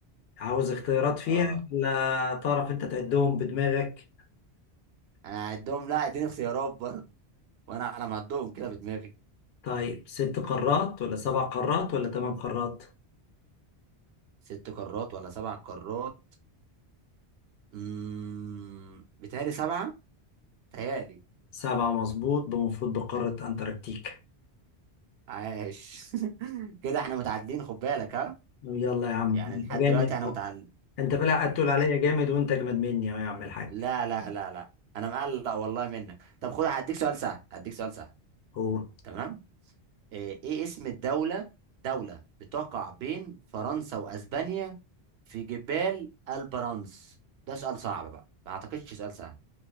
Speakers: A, on the left; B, on the right.
A: عاوز اختيارات فيها
B: اه
A: ولا تعرف انت تعدهم بدماغك
B: انا هعدهم لا اديني اختيارات برضه وانا على ما اعدهم كده بدماغي
A: طيب ست قارات ولا سبع قارات ولا ثمان قارات
B: ست قارات ولا سبع قارات امم بتهيألي سبعة تهيألي
A: سبعة مظبوط بمفروض بقارة انتاركتيكا
B: عاش <laughs> كده احنا متعادلين خد بالك ها
A: يلا يا عم
B: يعني لحد
A: انت جامد
B: دلوقتي انا
A: اهو
B: متعادل
A: انت بلا قاعد تقول عليا جامد وانت اجمد مني اهو يا عم الحاج
B: لا لا لا لا انا مقلق والله منك طب خد هديك سؤال سهل هديك سؤال سهل
A: هو
B: تمام ايه إيه اسم الدولة دولة بتقع بين فرنسا واسبانيا في جبال البرانس ده سؤال صعب بقى ما اعتقدش سؤال سهل